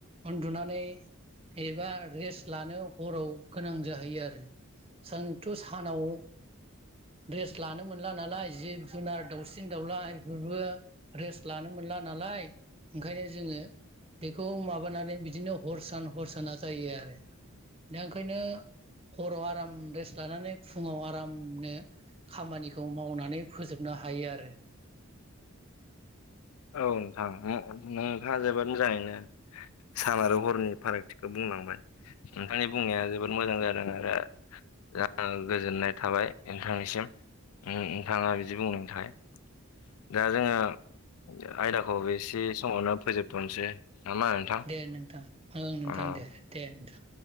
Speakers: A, on the right; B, on the left.
A: उन्दुनानै एबा रेस्ट लानो हराव गोनां जाहैयो आरो। जोंथ' सानाव रेस लानो मोनला नालाय जिब जुनार दाउसिन दाउला बेफोरबो रेस्ट लानो मोनला नालाय। ओंखायनो जोङो बेखौ माबानानै बिदिनो हर सान हर साना जायो आरो। दा ओंखायनो हराव आराम रेस्ट लानानै फुङाव आरामनो खामानिखौ मावनानै फोजोबनो हायो आरो।
B: औ नोंथां नो नों नोंथाङा जोबोद मोजाङैनो सान आरो हरनि फारागथिखौ बुंलांबाय नोंथांनि बुंनाया जोबोद मोजां जादों आरो <unintelligible> गोजोननाय थाबाय नोंथांनिसिम नोंथाङा बिदि बुंनायनि थाखाय। दा जोङो आयदाखौ बेसे समावनो फोजोबथ'नोसै। नामा नोंथां
A: दे नोंथां ओं नोंथां
B: अ
A: दे दे नोंथां।